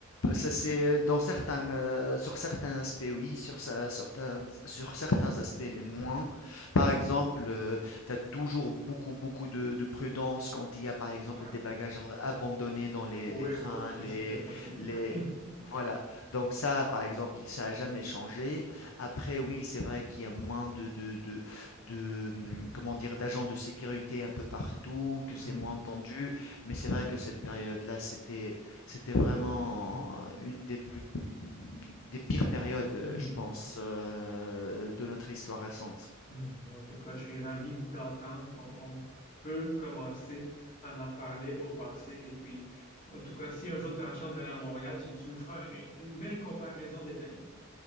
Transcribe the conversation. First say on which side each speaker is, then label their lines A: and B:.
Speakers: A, on the left; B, on the left.
A: ça c'est dans certains, heu, sur certains aspects oui, sur ça certains sur certains aspects les moins. Par exemple,
B: Hmm.
A: heu, tu as toujours beaucoup, beaucoup de de prudence quand il y a, par exemple,
B: Ouais.
A: des bagages en abandonnés dans les
B: Oui,
A: les trains,
B: oui, oui. Ça,
A: les
B: c'était fatigant.
A: les
B: <laughs>
A: voilà. Donc ça, par exemple, ça a jamais changé. Après oui, c'est vrai qu'il y a moins de de de de, mmh, comment dire? D'agents de sécurité un peu partout, que
B: Hmm.
A: c'est moins tendu, mais c'est vrai que cette période-là, c'était c'était vraiment
B: Hmm.
A: une des plus mmh, des pires périodes, heu,
B: Hmm.
A: je pense, heu, de notre histoire récente.
B: Hmm. En tout cas, je suis ravi d'entendre qu'on on peut commencer à en parler au passé. Et puis, en tout cas, si un jour tu as la chance d'aller à Montréal, tu, tu me feras une une belle comparaison détaillée.